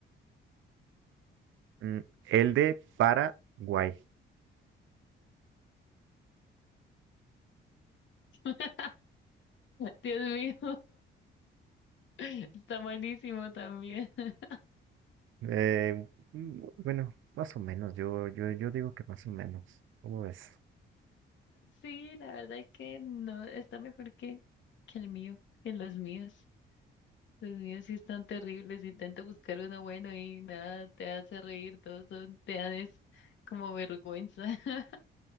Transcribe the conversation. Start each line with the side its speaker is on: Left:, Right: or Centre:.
Right: Mm, el de Paraguay.
Left: <laughs> Dios mío, <laughs> está malísimo también. <laughs>
Right: Eh, mm, bueno, más o menos. Yo, yo, yo digo que más o menos. ¿Cómo ves?
Left: Sí, la verdad es que no, está mejor que, que el mío, que los míos. Los míos sí están terribles, intento buscar uno bueno y nada, te hace reír, todos son, te dan es como vergüenza. <laughs>